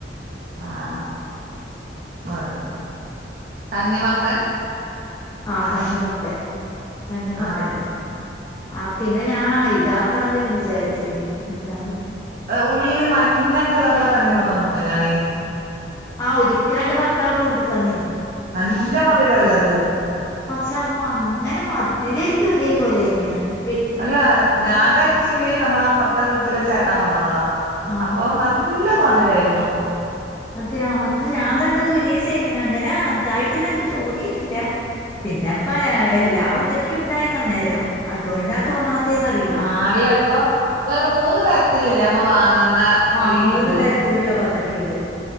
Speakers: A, on the right; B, on the left.
A: ആഹ് <unintelligible> തണ്ണിമത്തൻ
B: ആഹ്
A: ആ
B: തണ്ണി മത്തൻ തണ്ണി മത്തനന്നെ
A: ആ
B: ആഹ് പിന്ന ഞാ ഇതാക്കണംന്നെല്ലാം വിചാരിച്ചിന് എന്താണ്പ്പ
A: ഉള്ളില് മഞ്ഞ കളറ്ള്ള തണ്ണി മത്തൻ തിന്നേന നീ
B: ആഹ് ഒരിക്കെ എന്റെ ഭർത്താവ് കൊണ്ടത്തന്നിനി
A: നല്ല മതിരല്ലേ അത്
B: പക്ഷെ അമ്മ അങ്ങനെ മധുരി ല്ലാ ഒരേ പോലെ തന്നെയാണ് വെ
A: അല്ല ഞാൻ കഴിച്ചിന് നമ്മള അപ്പറത്ത വീട്ടിലെ ചേട്ടൻ കൊണ്ട്‌ വന്നതാ
B: ആഹ്
A: അപ്പൊ നല്ല നല്ല മധുരായിരുന്നു
B: അതെയൊ എന്ന ഞാൻ കണ്ടത് ഒരേ <unintelligible> അങ്ങനെ ഇതായിട്ട് ഞങ്ങക്ക് തോന്നിട്ടില്ല പിന്നെപ്പ എല്ലാ മത്തക്കേം നിക്ക് ഉണ്ടായിന്നേരോ അതുകൊണ്ടാ തോന്നാത്തേ ന്ന റിയില്ല
A: ആ അല്ല ഇപ്പ വേറെ മൂന്ന് തരത്തിലല്ലേ അമ്മ വാങ്ങുന്ന
B: ആഹ്
A: ഈ
B: മൂന്ന്
A: ഇത്
B: തരത്തിലുള്ള വത്തക്കേണ്ട്